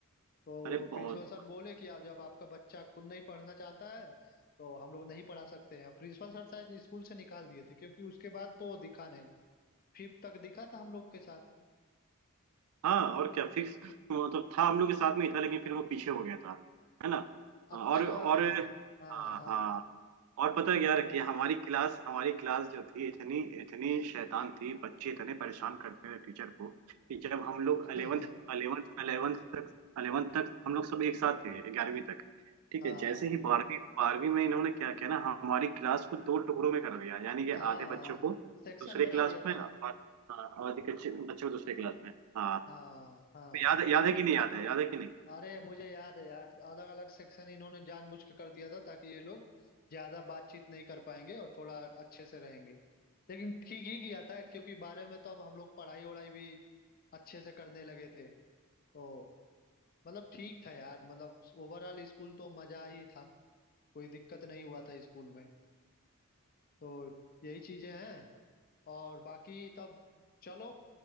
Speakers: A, on the left; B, on the right.
A: तो
B: अरे बहुत
A: प्रिंसिपल सर बोले कि आ, जब आपका बच्चा खुद नहीं पढ़ना चाहता है तो हम लोग नहीं पढ़ा सकते हैं प्रिंसिपल सर शायद स्कूल से निकाल दिए थे क्योंकि उसके बाद तो वो दिखा नहीं फिफ्थ तक दिखा था हम लोग के साथ
B: हाँ और क्या फिक्स मतलब था हम लोग के साथ में ही था लेकिन फिर वो पीछे हो गया था है ना
A: अच्छा
B: और और
A: हाँ
B: हाँ
A: हाँ
B: हाँ और पता
A: ये-
B: है क्या रखिए हमारी क्लास हमारी क्लास जो थी इतनी इतनी शैतान थी बच्चे इतने परेशान करते थे टीचर को कि जब हम लोग
A: <laughs>
B: 11th 11th 11th तक 11th तक हम लोग सब एक साथ थे ग्यारहवीं तक ठीक
A: हाँ
B: है जैसे ही बारहवीं बारहवीं में इन्होंने क्या किया ना हमारी क्लास को दो टुकड़ों में कर दिया यानी कि
A: तो हाँ
B: आधे बच्चों को
A: सेक्शन
B: दूसरे
A: बना
B: क्लास
A: दिया
B: में
A: था
B: और हाँ, आधे बच्चे बच्चों को दूसरे क्लास में हाँ
A: हाँ हाँ
B: तो याद याद है कि नहीं याद है याद है कि नहीं
A: अरे मुझे याद है यार अलग अलग सेक्शन इन्होंने जानबूझ के कर दिया था ताकि ये लोग ज्यादा बातचीत नहीं कर पाएंगे और थोड़ा अच्छे से रहेंगे लेकिन ठीक ही किया था क्योंकि बारह में तो अब हम लोग पढ़ाई वढ़ाई भी अच्छे से करने लगे थे तो मतलब ठीक था यार मतलब ओवरऑल स्कूल तो मजा ही था कोई दिक्कत नहीं हुआ था स्कूल में तो यही चीजें हैं और बाकी तब चलो